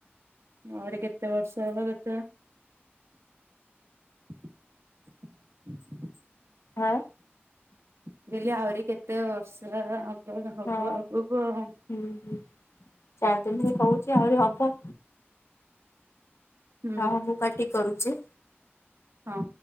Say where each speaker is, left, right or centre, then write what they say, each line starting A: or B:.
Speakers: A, on the right (about 85°); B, on the left (about 80°).
A: ଆହୁରି କେତେ ବର୍ଷ ହବ ତତେ? ଆ <inaudible>
B: ଆଁ।
A: ମୁଁ କହିଲି, ଆହୁରି କେତେ ବର୍ଷ ହବ ହବ
B: ହଁ
A: ଆଗକୁଁ ଆଉ?
B: ହୁଁ ହୁଁ ଚାରି ଦିନ ହିଁ ହଉଛି, ଆହୁରି ହବ।
A: ହୁଁ
B: ହଁ, ମୁଁ କାଟିକ କରୁଛି।
A: ହଁ।